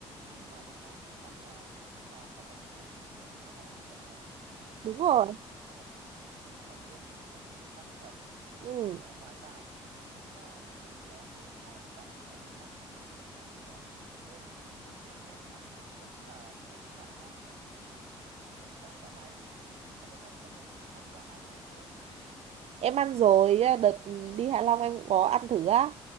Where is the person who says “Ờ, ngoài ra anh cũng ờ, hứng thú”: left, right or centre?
Right